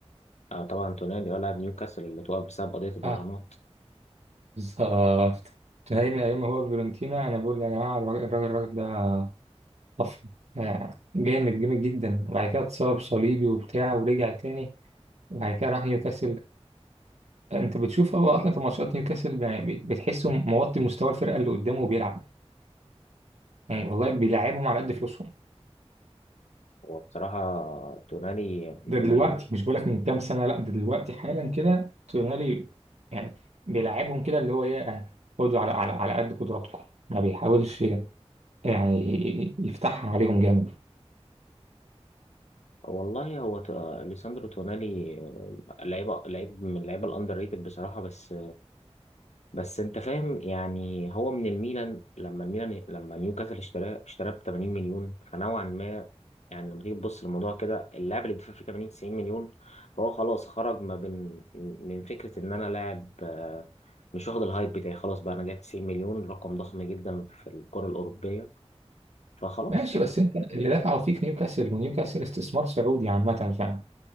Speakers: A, on the left; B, on the right.
A: آه طبعا تونالي ولا نيوكاسل اللي توقف بسبب قضية المراهنات
B: آه، بالظبط تلاقي من أيام ما هو في فيورنتينا أنا بقول يا جماعة الراجل الراجل الراجل ده طفرة يعني جامد جامد جدا وبعد كده اتصاب صليبي وبتاع ورجع تاني وبعد كده راح نيوكاسل أنت بتشوف هو أصلا في ماتشات نيوكاسل يعني بت- بتحسه موطي مستوى الفرقة اللي قدامه وبيلعب يعني والله بيلعبهم على قد فلوسهم
A: هو بصراحة تونالي من
B: ده دلوقتي مش بقولك من كام سنة لا ده دلوقتي حالا كده تونالي يعني بيلعبهم كده اللي هو إيه يعني خدوا على على على قد قدراتكم ما بيحاولش يعني يفتحها عليهم جامد
A: والله هو ت- آه، ليساندرو تونالي آه، لعيبة لعيب من اللعيبة الأندر ريتد بصراحة بس بس انت فاهم يعني هو من الميلان لما الميلان لما نيوكاسل اشتراه اشتراه ب 80 مليون فنوعا ما يعني لما تيجي تبص للموضوع كده اللاعب اللي دفع فيه 80 90 مليون فهو خلاص خرج ما بين من فكره ان انا لاعب آه، مش واخد الهايب بتاعي خلاص بقى انا جايب 90 مليون رقم ضخم جدا في الكره الاوروبيه فخلاص
B: ماشي
A: يعني
B: بس انت اللي دافعوا فيك نيوكاسل ونيوكاسل استثمار سعودي عامة فعلا